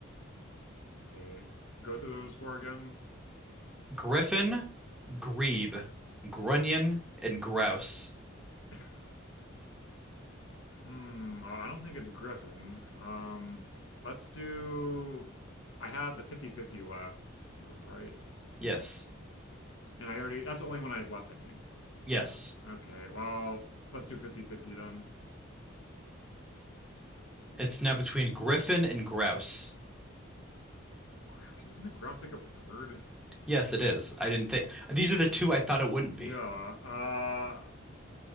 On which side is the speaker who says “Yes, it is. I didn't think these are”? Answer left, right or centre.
Centre